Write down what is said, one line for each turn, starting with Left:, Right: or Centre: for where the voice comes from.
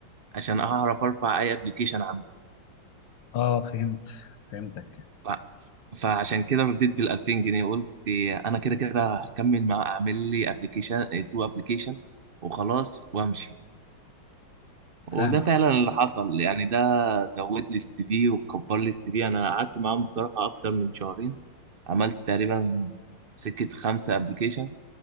Right: عشان اعرف ارفع اي ابلكيشن
Left: اه فهمت فهمتك
Right: ف... فعشان كده رديت بال 2000 جنيه قلت انا كده كده هكمل مع اعمل لي ابلكيشن تو ابلكيشن وخلاص وامشي وده
Left: فاهمك
Right: فعلا اللي حصل يعني ده زود لي السي في وكبر لي السي في انا قعدت معاهم بصراحه اكتر من شهرين عملت تقريبا سكه خمسة ابلكيشن